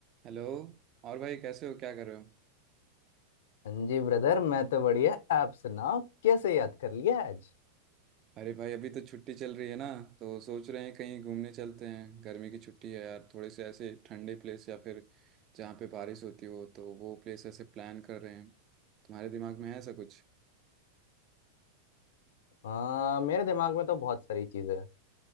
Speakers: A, on the right; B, on the left.
A: Hello और भाई कैसे हो क्या कर रहे हो
B: हाँ जी ब्रदर मैं तो बढ़िया आप सुनाओ कैसे याद कर लिया आज
A: अरे भाई अभी तो छुट्टी चल रही है ना तो सोच रहे हैं कहीं घूमने चलते हैं गर्मी की छुट्टी है यार थोड़े से ऐसे ठंडे प्लेस या फिर जहाँ पे बारिश होती हो तो वो प्लेस ऐसे प्लान कर रहे हैं तुम्हारे दिमाग में है ऐसा कुछ
B: आ, मेरे दिमाग में तो बहुत सारी चीजें हैं